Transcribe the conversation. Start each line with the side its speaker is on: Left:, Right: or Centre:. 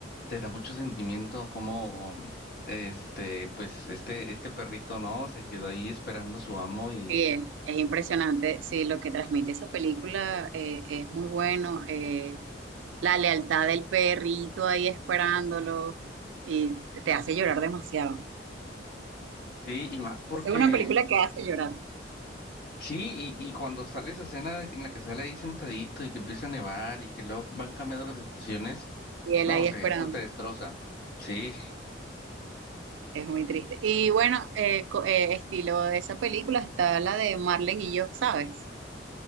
Left: te da mucho sentimiento como, este, pues, este, este perrito, ¿no? Se quedó ahí esperando a su amo y,
Right: Sí, es, es impresionante. Sí, lo que transmite esa película eh, es muy bueno. eh, la lealtad del perrito ahí esperándolo y te hace llorar demasiado.
Left: sí, y más porque...
Right: Es una película que hace llorar
Left: Sí, y, y cuando sale esa escena de- en la que sale ahí sentadito y que empieza a nevar y que luego van cambiando las estaciones,
Right: y él
Left: no,
Right: ahí
Left: te,
Right: esperando.
Left: eso te destroza. Sí,
Right: Es muy triste. Y bueno, eh, co- eh, estilo de esa película está la de Marlen y yo, ¿sabes?